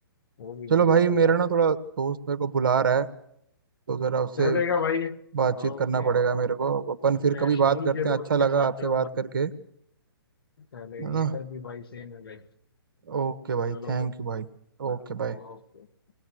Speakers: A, on the left; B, on the right.
A: वो भी
B: चलो
A: मजा
B: भाई
A: आता
B: मेरा
A: था
B: ना थोड़ा दोस्त मेरे को बुला रहा है तो जरा उससे
A: चलेगा भाई
B: बातचीत
A: ओके
B: करना पड़ेगा मेरे को अपन
A: मिलते
B: फिर कभी
A: हैं स्कूल
B: बात करते
A: के
B: हैं
A: दोस्त
B: अच्छा लगा
A: के साथ
B: आपसे
A: जो
B: बात
A: भाई
B: करके
A: चले
B: है ना
A: इधर भी भाई सेम है भाई
B: ओके भाई
A: चलो
B: थैंक
A: bro।
B: यू भाई
A: Nah,
B: Okay
A: No
B: bye
A: no, no.